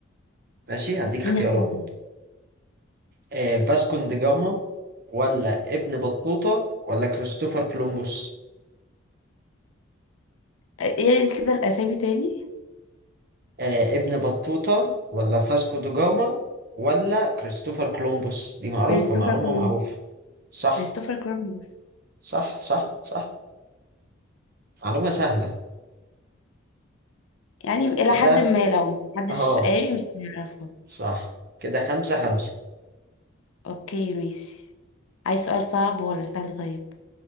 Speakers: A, on the right (about 45°); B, on the left (about 85°).
A: ماشي هديك
B: اديني
A: اختيارات
B: اختيارات
A: آه، فاسكون دي جاما ولا ابن بطوطة ولا كريستوفر كولومبوس
B: اه، يعني كده الاسامي تاني
A: آه، ابن بطوطة ولا فاسكو دو جاما ولا كريستوفر كولومبوس دي معروفة
B: كريستوفر
A: معلومة
B: كولومبوس
A: معروفة صح
B: كريستوفر كولومبوس
A: صح صح صح معلومة سهلة
B: يعني الى
A: كده
B: حد ما لو محدش
A: اه
B: قاري مش هنعرفها
A: صح كده خمسة خمسة
B: اوكي ماشي عايز سؤال صعب ولا سهل طيب